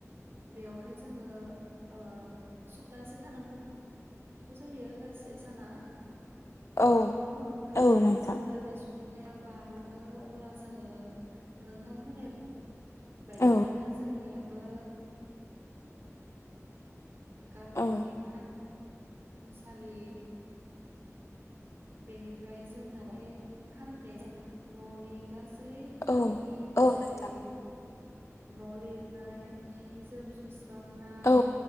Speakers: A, on the right; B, on the left.
A: बेयावहाय जोङो ओ सप्तासे थानांगौ जायो गासै साना
B: औ
A: बिनि उनावहाय
B: औ नोंथां
A: जेब्ला बे सप थाया बारलाङो अब्ला जोङो नोंथां बुंनाय बायदियानो
B: औ
A: जोंनियाबो गामिनि
B: औ
A: थानसालि बेनिफ्राय जोंना बे <unintelligible> न'नि गासै खामानि
B: औ औ
A: जेरै
B: नोंथां
A: न' लिरनाय हि जोम सु स्रांनाय
B: औ